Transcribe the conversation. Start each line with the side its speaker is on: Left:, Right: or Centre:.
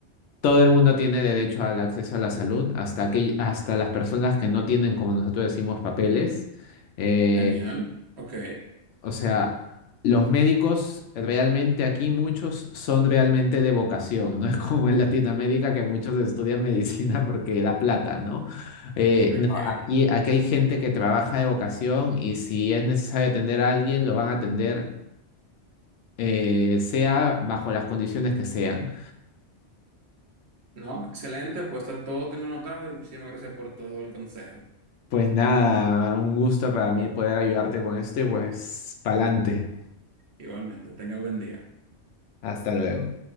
Left: todo el mundo tiene derecho al acceso a la salud, hasta que, hasta las personas que no tienen, como nosotros decimos, papeles. Eh,
Right: Genial. Ok,
Left: o sea, los médicos realmente aquí muchos son realmente de vocación, no <laughs> es como en Latinoamérica que muchos estudian medicina porque da plata, ¿no? Eh,
Right: ok.
Left: no, aquí, aquí hay gente que trabaja de vocación y si es necesario atender a alguien, lo van a atender, eh, sea bajo las condiciones que sean.
Right: No, excelente. Pues está todo tengo anotado y muchísimas gracias por todo el consejo.
Left: Pues nada, un gusto para mí poder ayudarte con esto y pues pa'lante.
Right: Igualmente, tenga buen día.
Left: Hasta luego.